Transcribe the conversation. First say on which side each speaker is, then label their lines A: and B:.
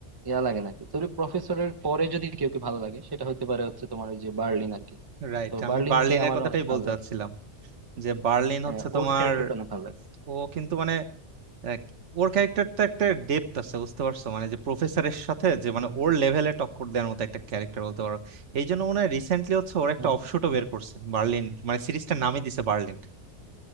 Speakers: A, on the right; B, on the right.
A: ইয়া লাগে না আর কি যদি প্রফেসরের পরে যদি কেউ কে ভালো লাগে সেটা হতে পারে হচ্ছে তোমার ওই যে বার্লিন আর কি
B: রাইট
A: তো
B: আমি
A: বার্লিনকে
B: বার্লিনের
A: আমার
B: কথাটাই
A: অনেক ভালো
B: বলতে
A: লাগছে
B: চাচ্ছিলাম যে বার্লিন
A: হ্যাঁ
B: হচ্ছে তোমার
A: ওর ক্যারেক্টারটা অনেক ভালো লাগছে
B: ও কিন্তু মানে এক, ওর ক্যারেক্টারটা একটা ডেপথ আছে বুঝতে পারছো মানে যে প্রফেসরের সাথে যে মানে
A: হুম
B: ওর
A: হুম
B: লেভেলে টক্কর দেওয়ার মতো একটা ক্যারেক্টার বলতে পারো এই জন্য মনে হয় রিসেন্টলি হচ্ছে ওর একটা
A: হুম
B: অফশুটও
A: হুম।
B: বের করছে বার্লিন মানে সিরিজটার নামই দিছে বার্লিন